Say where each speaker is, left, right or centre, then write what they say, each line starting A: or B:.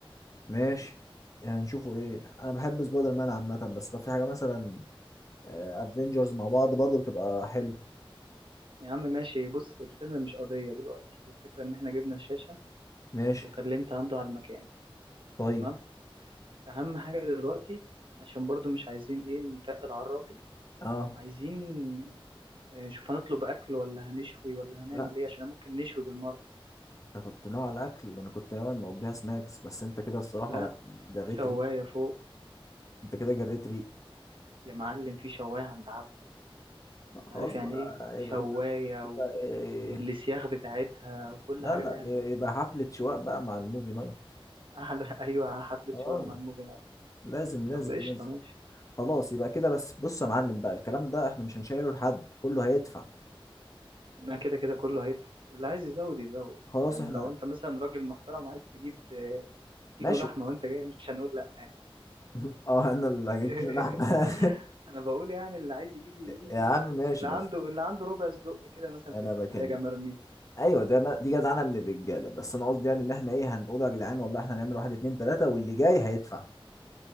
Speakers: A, on the left; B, on the right.
A: ماشي يعني نشوفه ايه انا بحب سبايدر مان عامه بس لو في حاجه مثلا افنجرز مع بعض برضو بتبقى حلو
B: يا عم ماشي بص الفيلم مش قضية دلوقتي الفكرة ان احنا جبنا الشاشة
A: ماشي
B: وكلمت عمدو على المكان
A: طيب
B: تمام اهم حاجة دلوقتي عشان برضو مش عايزين ايه نتقل على الراجل
A: اه
B: عايزين آه، شوف هنطلب اكل ولا هنشوي ولا هنعمل
A: لا
B: ايه عشان ممكن نشوي بالمرة
A: انت كنت ناوي على اكل وانا كنت ناوي مقضيها سناكس بس انت كده الصراحه
B: لا
A: جريت
B: في شواية
A: ريق
B: فوق
A: انت كده جريت ريق
B: يا معلم في شواية عند عبده
A: لا،
B: انت عارف
A: خلاص
B: يعني
A: بقى
B: ايه شواية
A: يبقى يبقى يبقى
B: و...
A: إيه
B: والسياخ بتاعتها وكل
A: لا
B: حاجة
A: لا
B: جاهزة
A: يبقى حفلة شواء بقى مع الموفي نايت
B: <laughs> احلى ايوه حفلة
A: اه
B: شواء مع الموفي نايت
A: لازم لازم
B: طب قشطة
A: لازم
B: ماشي
A: خلاص يبقى كده بس بص يا معلم بقى الكلام ده احنا مش هنشيله لحد كله هيدفع
B: ما كده كده كله هيدفع اللي عايز يزود يزود
A: خلاص
B: يعني
A: احنا
B: لو انت مثلا راجل محترم عايز تجيب كيلو
A: ماشي
B: لحمة وانت جاي مش هنقول لأ يعني
A: <laughs> اه انا اللي هجيب
B: <laughs>
A: كيلو لحمة
B: انا بقول يعني اللي عايز يجيب يجيب
A: <laughs> يا عم ماشي
B: اللي
A: بس
B: عنده اللي عنده ربع صدق كده مثلا
A: انا
B: في التلاجة
A: بكلم
B: مرمي
A: ايوه ده ما- دي جدعنه من الرجاله بس انا قصدي يعني ان احنا ايه هنقول يا جدعان والله احنا هنعمل واحد اتنين تلاته واللي جاي هيدفع